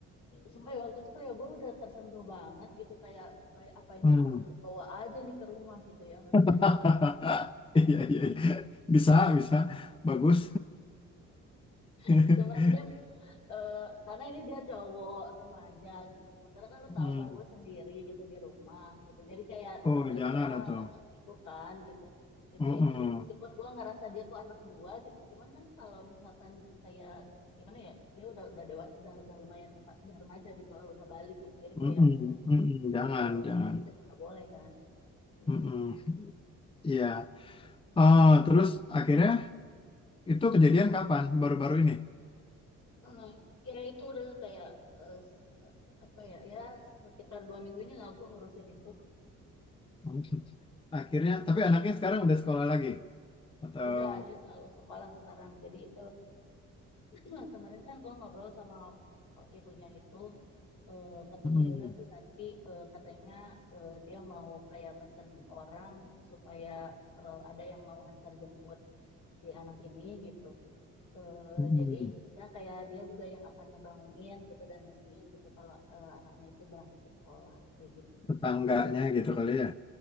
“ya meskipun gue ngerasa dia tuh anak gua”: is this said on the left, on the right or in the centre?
Left